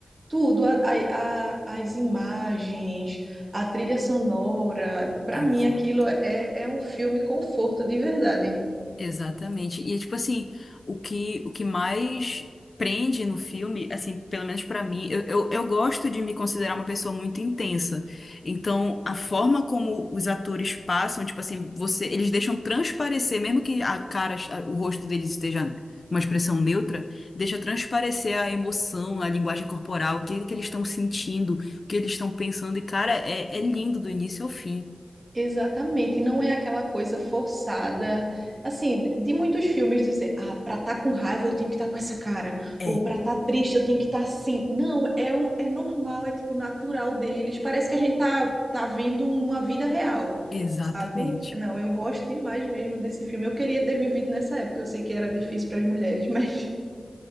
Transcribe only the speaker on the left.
Exato.
Exatamente. E é, tipo assim, o que o que mais prende no filme, assim, pelo menos pra mim, eu, eu, eu gosto de me considerar uma pessoa muito intensa. Então, a forma como os atores passam, tipo assim, você, eles deixam transparecer, mesmo que a cara, a- o rosto deles esteja uma expressão neutra, deixa transparecer a emoção, a linguagem corporal, o que que eles estão sentindo, o que eles estão pensando. E cara, é, é lindo do início ao fim.
É,
exatamente.